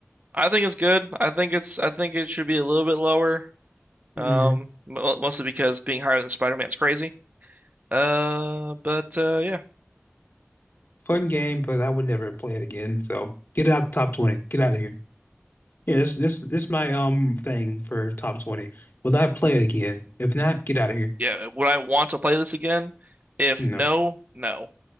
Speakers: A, on the right (about 35°); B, on the left (about 45°).
A: I think it's good. I think it's I think it should be a little bit lower.
B: hmm
A: Um, mo- mostly because being higher than Spider-Man is crazy. Uh, but uh, yeah,
B: Fun game, but I would never play it again. So get it out the top 20. Get out of here. Yeah, this this this my um thing for top 20. Will I play it again? If not, get out of here.
A: yeah. Would I want to play this again? If
B: No.
A: no, no.